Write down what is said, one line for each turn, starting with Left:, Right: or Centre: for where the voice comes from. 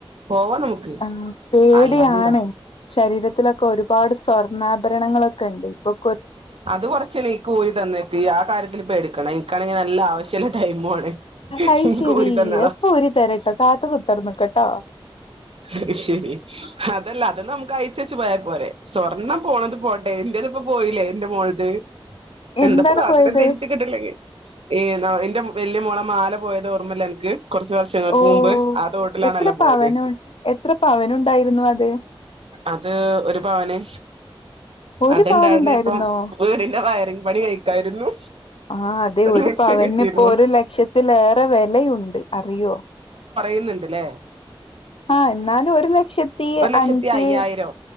Right: പോവാം നമുക്ക്
Left: ഉം പേടിയാണ്
Right: അല്ലാന്താ
Left: ശരീരത്തിലൊക്കെ ഒരുപാട് സ്വർണാഭരണങ്ങളൊക്കെ ഇണ്ട് ഇപ്പം
Right: അത് കൊറച്ച് എനിക്ക് ഊരി തന്നേക്ക് ഇയ്യ് ആ കാര്യത്തിൽ പേടിക്കെണ്ട ഇൻക്ക് ആണെങ്കി നല്ല ആവശ്യം ഇള്ള ടൈമ് മു ആണ്
Left: അത്
Right: ഇൻക്ക്
Left: ശെരി
Right: ഊരി തന്നാളാ
Left: അപ്പൊ ഊരി തരട്ടോ കാത്ത് കുത്തർന്ന്ക്കട്ടോ
Right: അയ് ശരി അത് അല്ല അത് നമുക്കായി ച്ചെച്ച് പോയാ പോരെ സ്വർണ്ണം പോണെത് പോട്ടെ എന്റെതിപ്പം പോയിലെ എന്റെ മോൾത്
Left: എന്താണ്
Right: എന്താപ്പം കാട്ട്ണെ
Left: പോയത്
Right: തിര്ച്ച് കിട്ട് ഇല്ലെങ്കി ഏതാ എന്റെ വെല്ല്യ മോളെ മാല പോയെത് ഓർമ്മ ഇല്ലെ അൻക്ക് കൊർച്ച് വർഷങ്ങെൾക്ക്
Left: ഓ
Right: മുമ്പ് ആ തോട്ടിലാണല്ലോ
Left: എത്ര പവനു
Right: പോയെത്
Left: എത്ര പവനുണ്ടായിരുന്നു അത്
Right: അത് ഒര് പവെന്
Left: ഒരു
Right: അത്
Left: പവനുണ്ടായിരുന്നോ
Right: ഇണ്ടായിര്ന്നെ ഇപ്പം വീടിന്റെ വയറിങ് പണി കഴിക്കായിരുന്നു
Left: ആഹ് അതെ ഒരു
Right: ലക്ഷം
Left: പവന്
Right: കിട്ടിയിരുന്നു
Left: ഇപ്പോ ഒരു ലക്ഷത്തിലേറെ വെലയുണ്ട് അറിയോ
Right: ഇന്ന്ണ്ട്ല്ലേ
Left: ആഹ് എന്നാലും ഒരു ലക്ഷത്തി
Right: ലക്ഷത്തി
Left: അഞ്ച്
Right: അയ്യായിരോ